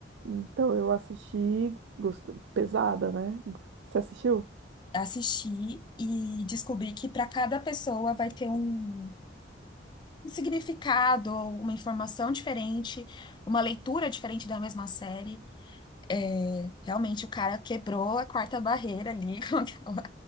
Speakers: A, on the right; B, on the left.
A: Então eu assisti, gosto, pesada, né? Você assistiu?
B: assistir e descobrir que para cada pessoa vai ter um, um significado, uma informação diferente, uma leitura diferente da mesma série. É, realmente, o cara quebrou a quarta barreira ali <laughs> com aquela,